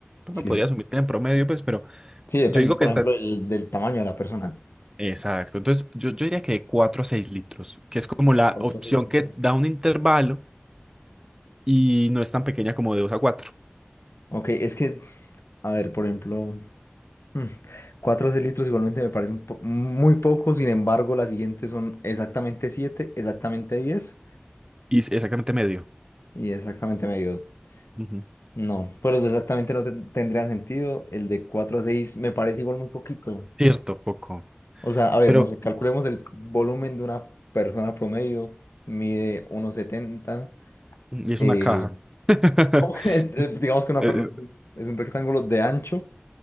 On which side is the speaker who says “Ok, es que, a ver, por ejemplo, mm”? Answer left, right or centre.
Left